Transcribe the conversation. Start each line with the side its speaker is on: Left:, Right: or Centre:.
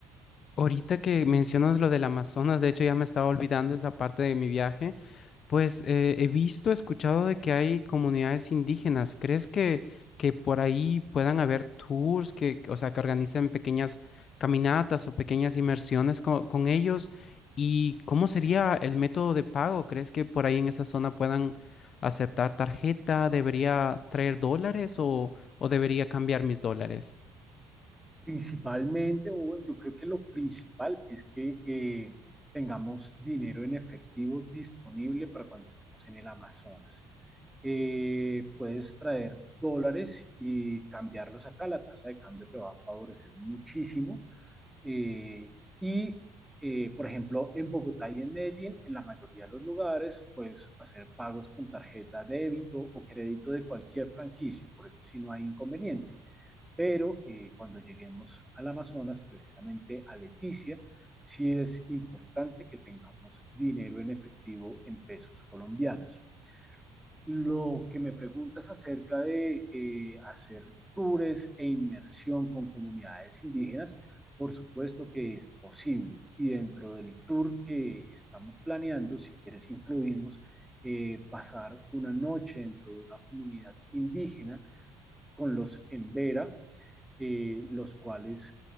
Left: Ahorita que mencionas lo del Amazonas, de hecho ya me estaba olvidando esa parte de mi viaje. Pues eh, he visto, escuchado de que hay comunidades indígenas. ¿Crees que, que por ahí puedan haber tours que, o sea, que organicen pequeñas caminatas o pequeñas inmersiones co- con, ellos? ¿Y cómo sería el método de pago? ¿Crees que por ahí en esa zona puedan aceptar tarjeta? ¿Debería traer dólares o, o debería cambiar mis dólares?
Centre: Principalmente, Owen, yo creo que lo principal es que eh, tengamos dinero en efectivo disponible para cuando estemos en el Amazonas. Eh, puedes traer dólares y cambiarlos acá, la tasa de cambio te va a favorecer muchísimo. Eh, y, eh, por ejemplo, en Bogotá y en Medellín, en la mayoría de los lugares, puedes hacer pagos con tarjeta débito o crédito de cualquier franquicia, por eso sí no hay inconveniente pero eh, cuando lleguemos al Amazonas, precisamente a Leticia, sí es importante que tengamos dinero en efectivo en pesos colombianos. Lo que me preguntas acerca de eh, hacer tours e inmersión con comunidades indígenas, por supuesto que es posible. Y dentro del tour que estamos planeando, si quieres, incluimos eh, pasar una noche dentro de una comunidad indígena con los Embera, eh, los cuales